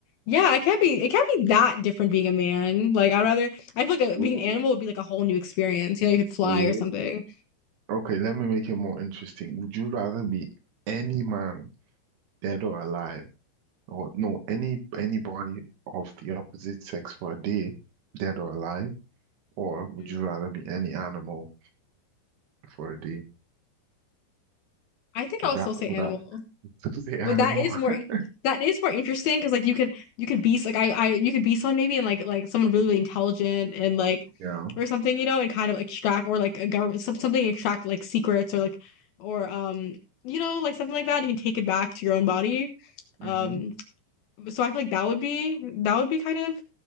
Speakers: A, on the left (about 65°); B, on the right (about 65°).
A: yeah, it can't be, it can't be that different being a man. Like, I'd rather, I feel like a,
B: Ooh,
A: being an animal would be like a whole new experience. You know, you could fly
B: ooh.
A: or something.
B: Okay, let me make it more interesting. Would you rather be any man, dead or alive, or no, any anybody of the opposite sex for a day, dead or alive, or would
A: Mhm.
B: you rather be any animal for a day?
A: I think
B: Would
A: I would
B: that
A: still say
B: would
A: animal,
B: that <laughs> still say animal?
A: but that is
B: <laughs>
A: more, that is more interesting because like you could, you could be s- like I, I, you could be someone maybe and like like someone really, really intelligent and like
B: Yeah.
A: or something, you know, and kind of extract or like a government some, something extract like secrets or like or um you know like something like that. You can take it back to your own body.
B: Mm-hmm.
A: Um. so I feel like that would be that would be kind of